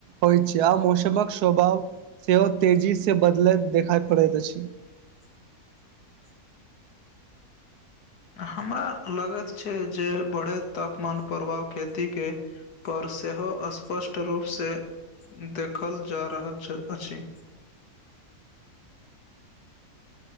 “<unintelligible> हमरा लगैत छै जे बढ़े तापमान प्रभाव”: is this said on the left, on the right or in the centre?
Left